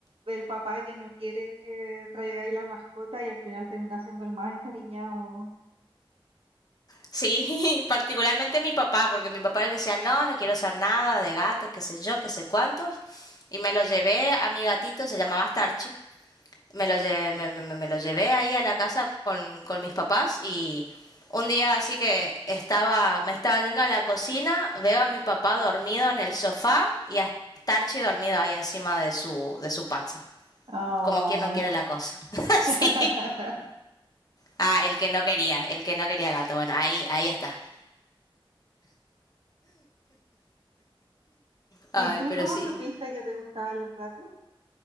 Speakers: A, on the right; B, on the left.
A: del papá que no quiere que traigáis la mascota y al final termina siendo el más encariñado.
B: Sí, <laughs> particularmente mi papá, porque mi papá era el que decía, no, no quiero hacer nada de gatos, qué sé yo, qué sé cuántos. Y me lo llevé a mi gatito, se llamaba Starchi. Me lo llevé, me, me- me lo llevé ahí a la casa con, con mis papás y un día así que estaba, me estaba yendo a la cocina, veo a mi papá dormido en el sofá y a Starchi dormido ahí encima de su, de su panza.
A: Oh.
B: Como quien no quiere la cosa. <laughs> sí.
A: <laughs>
B: Ah, el que no quería, el que no quería gato. Bueno, ahí, ahí está. Ay,
A: ¿Y tú
B: pero
A: cómo
B: sí.
A: supiste que te gustaban los gatos?